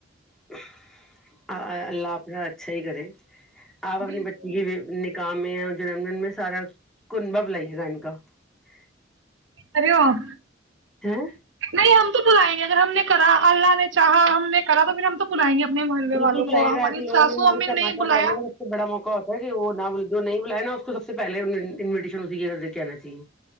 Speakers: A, in the centre; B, on the right (about 70°).
A: <unintelligible> <inaudible> اللہ آ <unintelligible> چھئی کر <unintelligible> آپ اپنی
B: بالکل
A: بچی کی <unintelligible> گاؤ میں اور جنم دن میں سارا کن با بلائیے گا ان کا <unintelligible>
B: اریو <unintelligible>
A: ہ <unintelligible>
B: نہیں ہم تو بلائیں گے اگر ہم نے کرا اللہ نے چا ہم نے کرا تو پھر ہم تو بلائیں گے اپنے محلے
A: بالکل
B: والوں
A: بلائی
B: کو ہماری
A: رہا ہےے لوگ
B: ساسو
A: کے
B: امی نے
A: مےٹماٹا
B: نہیں بلایا
A: مار کا سب سے بڑا موقع ہوتا ہے کہ وہ نہ بل جو نہیں بلایا نا اس کو سب سے پہلے انویٹیشن اسی کے گھر دے کے آنا چاہیے